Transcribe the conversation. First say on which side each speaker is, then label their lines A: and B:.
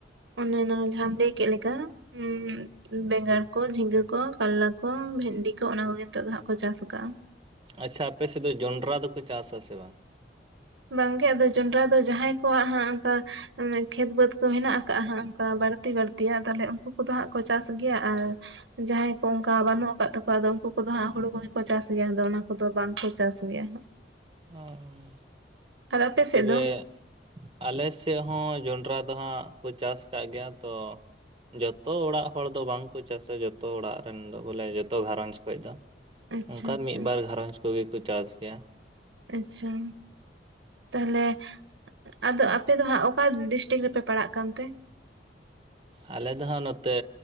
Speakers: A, on the right; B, on the right.
A: ᱚᱱᱮ ᱚᱱᱟ ᱡᱟᱦᱟᱢ ᱞᱟᱹᱭ ᱠᱮᱫ ᱞᱮᱠᱟ ᱦᱩᱸ ᱵᱮᱸᱜᱟᱲ ᱠᱚ ᱡᱷᱤᱸᱜᱟᱹ ᱠᱚ ᱠᱟᱨᱞᱟ ᱠᱚ ᱵᱷᱮᱱᱰᱤ ᱠᱚ ᱚᱱᱟ ᱠᱚ ᱱᱤᱛᱚᱜ ᱫᱚ ᱦᱟᱸᱜ ᱠᱚ ᱪᱟᱥᱟ᱾ ᱠᱟᱜ-ᱟ᱾
B: ᱟᱪᱪᱷᱟ ᱟᱯᱮᱥᱮᱫ ᱫᱚ ᱡᱚᱱᱰᱨᱟ ᱫᱚᱠᱚ ᱪᱟᱥ-ᱟ ᱥᱮ ᱵᱟᱝ?
A: ᱵᱟᱝᱜᱮ ᱟᱫᱚ ᱡᱚᱱᱰᱨᱟ ᱫᱚ ᱡᱟᱦᱟᱸᱭ ᱠᱚᱣᱟᱜ ᱦᱟᱸᱜ ᱚᱝᱠᱟ ᱩᱸ ᱠᱷᱮᱛ ᱵᱟᱹᱫᱽ ᱠᱚ ᱦᱮᱱᱟᱜ ᱠᱟᱜ-ᱟ ᱦᱟᱸᱜ ᱚᱝᱠᱟ ᱵᱟᱹᱲᱛᱤ ᱵᱟᱹᱲᱛᱤᱭᱟᱜ ᱛᱟᱦᱚᱞᱮ ᱩᱝᱠᱩ ᱠᱚᱫᱚ ᱦᱟᱸᱜ ᱠᱚ ᱪᱟᱥ ᱜᱮᱭᱟ ᱟᱨ ᱡᱟᱦᱟᱸᱭ ᱠᱚ ᱚᱝᱠᱟ ᱵᱟᱹᱱᱩᱜ ᱟᱠᱟᱫ ᱛᱟᱠᱚᱣᱟ ᱟᱫᱚ ᱩᱝᱠᱩ ᱫᱚ ᱦᱟᱸᱜ ᱦᱩᱲᱩ ᱠᱚᱜᱮ ᱠᱚ ᱪᱟᱥ ᱜᱮᱭᱟ, ᱟᱫᱚ ᱚᱱᱟ ᱠᱚᱫᱚ ᱵᱟᱝᱠᱚ ᱪᱟᱥ ᱜᱮᱭᱟ ᱦᱟᱸᱜ᱾
B: ᱚᱸ᱾
A: ᱟᱨ ᱟᱯᱮ ᱥᱮᱫ
B: ᱛᱚᱵᱮ
A: ᱫᱚ
B: ᱟᱞᱮ ᱥᱮᱫ ᱦᱚᱸ ᱡᱚᱱᱰᱨᱟ ᱫᱚ ᱦᱟᱸᱜ ᱠᱚ ᱪᱟᱥ ᱠᱟᱜ ᱜᱮᱭᱟ ᱛᱚ ᱡᱚᱛᱚ ᱚᱲᱟᱜ ᱦᱚᱲ ᱫᱚ ᱵᱟᱝᱠᱚ ᱪᱟᱥᱟ᱾ ᱡᱚᱛᱚ ᱚᱲᱟᱜ ᱨᱮᱱ ᱫᱚ ᱵᱚᱞᱮ ᱡᱚᱛᱚ ᱜᱷᱟᱨᱚᱸᱡᱽ ᱠᱷᱚᱡ ᱫᱚ᱾
A: ᱟᱪᱪᱷᱟ
B: ᱚᱝᱠᱟᱱ
A: ᱟᱪᱪᱷᱟ
B: ᱢᱤᱫᱵᱟᱨ ᱜᱷᱟᱨᱚᱧᱡᱽ ᱠᱚᱜᱮ ᱠᱚ ᱪᱟᱥ ᱜᱮᱭᱟ᱾
A: ᱟᱪᱪᱷᱟ ᱛᱟᱦᱚᱞᱮ ᱟᱫᱚ ᱟᱯᱮ ᱫᱚ ᱦᱟᱸᱜ ᱚᱠᱟ ᱰᱤᱥᱴᱤᱠ ᱨᱮᱯᱮ ᱯᱟᱲᱟᱜ ᱠᱟᱱ ᱛᱮ?
B: ᱟᱞᱮ ᱫᱚ ᱦᱟᱸᱜ ᱱᱚᱛᱮ